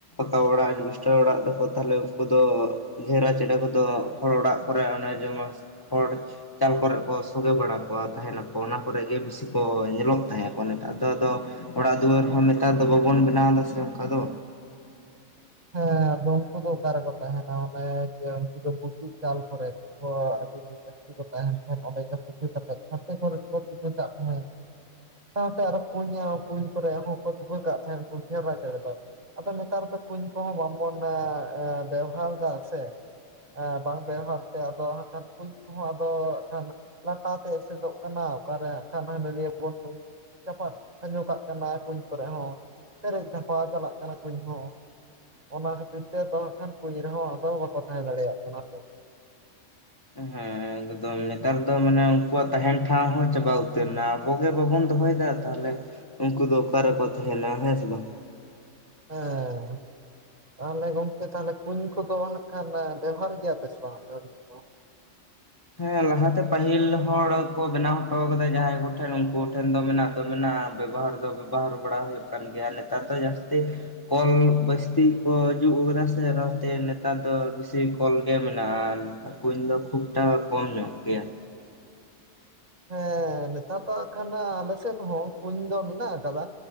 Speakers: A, on the left; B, on the right.
A: ᱯᱟᱠᱟ ᱚᱲᱟᱜ ᱮᱰᱵᱮᱥᱴᱟᱨ ᱚᱲᱟᱜ ᱫᱟᱠᱚ ᱛᱟᱦᱚᱞᱮ ᱩᱱᱠᱩ ᱫᱚ ᱜᱷᱮᱨᱟ ᱪᱮᱸᱬᱮ ᱠᱚᱫᱚ ᱦᱚᱲ ᱚᱲᱟᱜ ᱠᱚᱨᱮ ᱚᱱᱮ ᱡᱮᱢᱚᱱ ᱠᱷᱚᱲ ᱪᱟᱞ ᱠᱚᱨᱮ ᱠᱚ ᱥᱚᱜᱮ ᱵᱟᱲᱟ ᱠᱚᱣᱟ ᱛᱟᱦᱮᱱᱟ ᱠᱚ ᱚᱱᱟ ᱠᱚᱨᱮ ᱜᱮ ᱵᱤᱥᱤ ᱠᱚ ᱧᱮᱞᱚᱜ ᱛᱟᱦᱮᱸ ᱠᱚ᱾ ᱱᱮᱛᱟᱨ ᱫᱚ ᱟᱫᱚ ᱚᱲᱟᱜ ᱫᱩᱣᱟᱹᱨ ᱦᱚᱸ ᱱᱮᱛᱟᱨ ᱫᱚ ᱵᱟᱵᱚᱱ ᱵᱮᱱᱟᱣ ᱮᱫᱟ ᱥᱮ ᱚᱱᱠᱟ ᱫᱚ᱾
B: ᱦᱮᱸ ᱟᱫᱚ ᱩᱱᱠᱩ ᱫᱚ ᱚᱠᱟ ᱨᱮᱠᱚ ᱛᱟᱦᱮᱱᱟ ᱚᱱᱮ ᱡᱮ ᱩᱱᱠᱩ ᱫᱚ ᱵᱩᱥᱩᱵ ᱪᱟᱞ ᱠᱚᱨᱮ᱾ ᱚ ᱟᱹᱰᱤ ᱞᱮᱠᱟ ᱩᱱᱠᱩ ᱠᱚ ᱛᱟᱦᱮᱱ ᱠᱷᱟᱱ ᱚᱸᱰᱮ ᱜᱮ ᱛᱩᱠᱟᱹ ᱠᱟᱛᱮ ᱥᱟᱛᱮ ᱠᱚᱨᱮ ᱠᱚ ᱛᱩᱠᱟᱹ ᱠᱟᱜ ᱛᱟᱦᱮᱸᱫ᱾ ᱥᱟᱶᱛᱮ ᱟᱨᱚ ᱠᱩᱧᱟ ᱠᱩᱧ ᱠᱚᱨᱮ ᱦᱚᱸᱠᱚ ᱛᱩᱠᱟᱹ ᱠᱟᱜ ᱛᱟᱦᱮᱸᱫ ᱩᱱᱠᱩ ᱜᱷᱮᱣᱨᱟ ᱪᱮᱸᱬᱮ ᱫᱚ᱾ ᱟᱫᱚ ᱱᱮᱛᱟᱨ ᱫᱚ ᱠᱩᱧ ᱠᱚᱦᱚᱸ ᱵᱟᱝᱵᱚᱱ ᱮ ᱵᱮᱣᱦᱟᱨ ᱫᱟ ᱥᱮ᱾ ᱮ ᱵᱟᱝ ᱵᱮᱣᱦᱟᱨ ᱛᱮ ᱟᱫᱚ ᱦᱟᱜᱠᱷᱟᱱ ᱠᱩᱧ ᱠᱚᱦᱚᱸ ᱟᱫᱚ ᱦᱟᱜᱠᱷᱟᱱ ᱞᱟᱴᱟ ᱛᱮ ᱮᱥᱮᱫᱚᱜ ᱠᱟᱱᱟ ᱚᱠᱟᱨᱮ ᱦᱟᱜᱠᱷᱟᱱ <unintelligible> ᱵᱚᱱ ᱪᱟᱯᱟᱫ ᱠᱷᱟᱸᱡᱚ ᱠᱟᱜ ᱠᱟᱱᱟ ᱠᱩᱧ ᱠᱚᱨᱮ ᱦᱚᱸ ᱯᱮᱨᱮᱡ ᱫᱷᱟᱯᱟ ᱪᱟᱞᱟᱜ ᱠᱟᱱᱟ ᱠᱩᱧ ᱦᱚᱸ᱾ ᱚᱱᱟ ᱠᱷᱟᱹᱛᱤᱨ ᱛᱮ ᱫᱚ ᱦᱟᱜᱠᱷᱟᱱ ᱠᱩᱧ ᱨᱮᱦᱚᱸ ᱟᱫᱚ ᱵᱟᱠᱚ ᱛᱟᱦᱮᱸ ᱫᱟᱲᱮᱭᱟᱜ ᱠᱟᱱᱟ ᱦᱮᱸᱥᱮ᱾
A: ᱦᱮᱸ ᱮᱠᱫᱚᱢ ᱱᱮᱛᱟᱨ ᱫᱚ ᱢᱟᱱᱮ ᱩᱱᱠᱩᱣᱟᱜ ᱛᱟᱦᱮᱱ ᱴᱷᱟᱶ ᱦᱚᱸ ᱪᱟᱵᱟ ᱩᱛᱟᱹᱨ ᱮᱱᱟ ᱟᱵᱚ ᱜᱮ ᱵᱟᱵᱚᱱ ᱫᱚᱦᱚᱭᱮᱫᱟ ᱛᱟᱦᱞᱮ ᱩᱱᱠᱩ ᱫᱚ ᱚᱠᱟᱨᱮᱠᱚ ᱛᱟᱦᱮᱱᱟ ᱦᱮᱸᱥᱮ ᱵᱟᱝ᱾
B: ᱦᱮᱸᱻ ᱛᱟᱦᱞᱮ ᱜᱚᱝᱠᱮ ᱛᱟᱦᱞᱮ ᱠᱩᱧ ᱠᱚᱫᱚ ᱦᱟᱜᱠᱷᱟᱱ ᱵᱮᱵᱷᱟᱨ ᱜᱮᱭᱟᱯᱮ ᱥᱮ ᱵᱟᱝ ᱟᱯᱮ ᱫᱚ?
A: ᱦᱮᱸ ᱞᱟᱦᱟᱛᱮ ᱯᱟᱹᱦᱤᱞ ᱦᱚᱲ ᱠᱚ ᱵᱮᱱᱟᱣ ᱦᱚᱴᱚ ᱠᱟᱫᱟ ᱡᱟᱦᱟᱸᱭ ᱠᱚᱴᱷᱮᱱ ᱩᱱᱠᱩ ᱴᱷᱮᱱ ᱫᱚ ᱢᱮᱱᱟᱜ ᱫᱚ ᱢᱮᱱᱟᱜ ᱵᱮᱵᱚᱦᱟᱨ ᱵᱮᱵᱚᱦᱟᱨ ᱵᱟᱲᱟ ᱦᱩᱭᱩᱜ ᱠᱟᱱ ᱜᱮᱭᱟ ᱱᱮᱛᱟᱨ ᱫᱚ ᱡᱟᱹᱥᱛᱤ ᱠᱚᱞ ᱵᱟᱹᱥᱛᱤ ᱠᱚ ᱡᱩᱜ ᱠᱟᱫᱟ ᱥᱮ ᱚᱱᱟᱛᱮ ᱱᱮᱛᱟᱨ ᱫᱚ ᱵᱮᱥᱤ ᱠᱚᱞ ᱜᱮ ᱢᱮᱱᱟᱜ-ᱟ᱾ ᱠᱩᱧ ᱫᱚ ᱠᱷᱩᱵᱴᱟᱜ ᱠᱚᱢ ᱧᱚᱜ ᱜᱮᱭᱟ᱾
B: ᱦᱮᱸ ᱱᱮᱛᱟᱨ ᱫᱚ ᱱᱟᱜᱠᱷᱟᱱ ᱟᱞᱮᱥᱮᱫ ᱦᱚᱸ ᱠᱩᱧ ᱫᱚ ᱢᱮᱱᱟᱜ ᱠᱟᱫᱟ